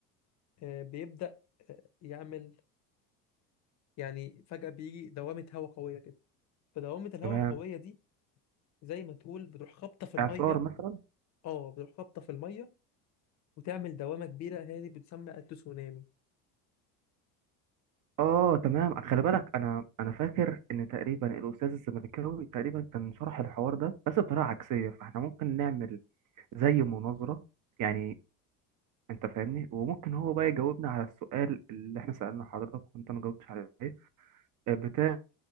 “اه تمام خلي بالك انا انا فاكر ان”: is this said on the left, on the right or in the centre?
Right